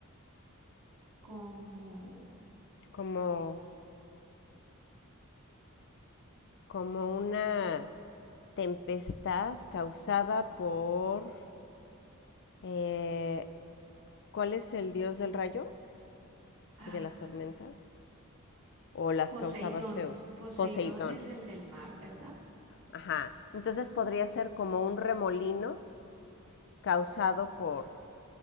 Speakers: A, on the right (about 75°); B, on the left (about 55°).
A: como
B: ¿cómo, como una tempestad causada por... eh, ¿cuál es el dios del rayo
A: ah,
B: y de las tormentas? ¿O las
A: Poseidón.
B: causaba Zeus?
A: Poseidón
B: Poseidón.
A: es el del mar, ¿verdad?
B: Ajá. Entonces podría ser como un remolino causado por,